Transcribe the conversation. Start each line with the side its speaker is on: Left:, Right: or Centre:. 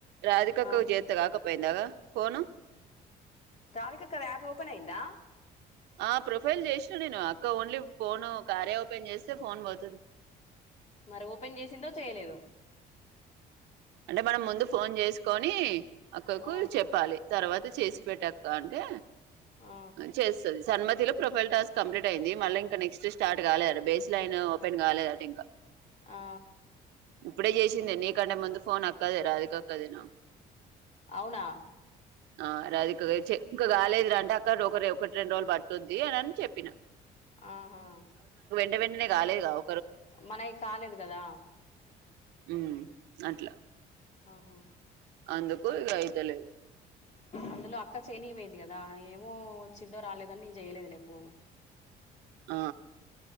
Right: రాధికక్క
Left: ఆ
Right: కు చేతే కాకపోయిందాగా ఫోను
Left: రాధిక అక్కది యాప్ ఓపెన్ అయిందా
Right: ఆ ప్రొఫైల్ చేసిన నేను అక్క ఓన్లీ ఫోను కార్య ఓపెన్ చేస్తే ఫోన్ పోతుంది
Left: మరి ఓపెన్ చేసిందో చేయలేదు
Right: అంటే మనం ముందు ఫోన్ చేసుకొని అక్కకు
Left: ఆ
Right: చెప్పాలి తర్వాత చేసి పెట్టక్కా అంటే
Left: ఆ
Right: చేస్తది సన్మతిలో ప్రొఫైల్ టాస్క్ కంప్లీట్ అయింది. మళ్ళ ఇంక నెక్స్ట్ స్టార్ట్ కాలేదట బేస్ లైన్ ఓపెన్ కాలేదట ఇంకా
Left: ఆ
Right: ఇప్పుడే చేసింది నీకంటే ముందు ఫోన్ అక్కదే రాధిక అక్కది నాకు
Left: అవునా
Right: ఆ రాధిక క చీ ఇంక రాలేదు రా అంటే అక్క ఒక ఒకటి రెండు రోజులు పట్టుద్ది అననీ చెప్పినా
Left: ఆహా
Right: వెంట వెంటనే రాలే గావ్
Left: మనయి కాలేదు కదా
Right: హ్మ్ అట్లా
Left: ఆహా
Right: అందుకు
Left: అక్-
Right: ఆయితలేదు
Left: అందులో అక్క చేనికిపోయిద్ది కదా ఏమో వచ్చిద్దో రాలేదని నేను చేయలేదులే ఫోను
Right: ఆ